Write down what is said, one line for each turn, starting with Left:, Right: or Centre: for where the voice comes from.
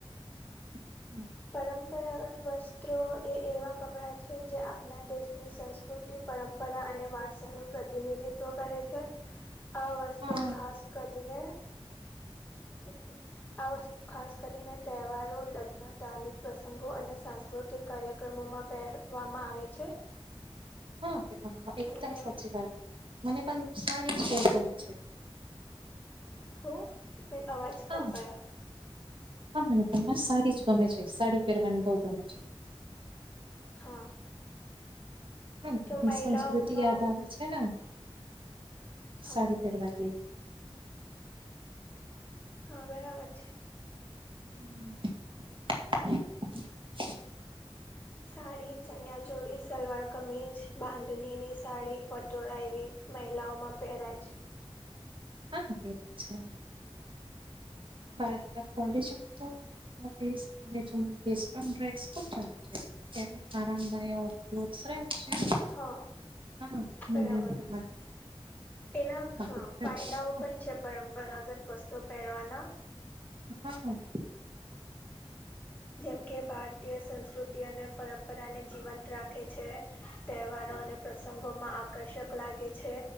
Right: <inaudible>
Left: પરંપરાગત વસ્ત્રો એ એવાં કપડાં છે જે આપણા દેશની સંસ્કૃતિ પરંપરા અને વારસાનું પ્રતિનિધિત્વ કરે છે આ વસ્ત્રો
Right: હા
Left: ખાસ કરીને <unintelligible> ખાસ કરીને તહેવારો લગ્ન ધાર્મિક પ્રસંગો અને સાંસ્કૃતિક કાર્યક્રમોમાં પેર વામાં આવે છે
Right: હા પ એકદમ
Left: અને
Right: સાચી વાત મને પણ સારી છે
Left: હો એક મે અવાજ
Right: હા
Left: કયા
Right: હા મને તમને સારી જ ગમે છે સાડી પહેરવાની બહ ગમે છે
Left: હા
Right: હમ
Left: તો મહિલાઓમાં
Right: સંસ્કૃતિ યાદ આવે છે ને
Left: હા
Right: સારી પેરવા ની
Left: હા બરાબર છે
Right: <unintelligible>
Left: સાડી ચનિયા ચોડી સલવાર કમીજ, બાંધણીની સાડી, પટોળ એવી મહિલાઓમાં પહેરાય છે
Right: હા ક છે <unintelligible> <inaudible> નુ ફૈન્ડ છે
Left: હા
Right: હા મુલાયમ
Left: બરાબર
Right: કપડાં
Left: એના
Right: બાકી
Left: હા
Right: છે.
Left: ફાયદાઓ
Right: હા
Left: પણ છે પરંપરાગત વસ્તુઓ પહેરવાના
Right: હમ હમ
Left: જેમ કે ભારતીય સંસ્કૃતિ અને પરંપરાને જીવંત રાખે છે તહેવારો અને પ્રસંગોમાં આકર્ષક લાગે છે